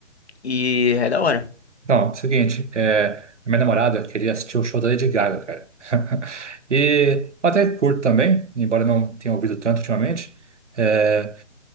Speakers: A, on the left; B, on the right.
A: e é da hora.
B: Então, seguinte, é, a minha namorada queria assistir o show da Lady Gaga, cara. <laughs> E eu até curto também, embora não tenha ouvido tanto ultimamente. É,